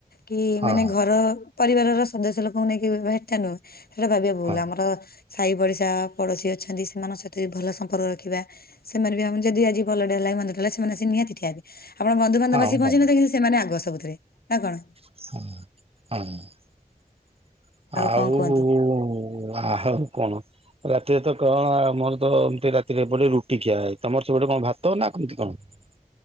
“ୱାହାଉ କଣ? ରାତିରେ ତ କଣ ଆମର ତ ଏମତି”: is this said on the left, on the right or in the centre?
Right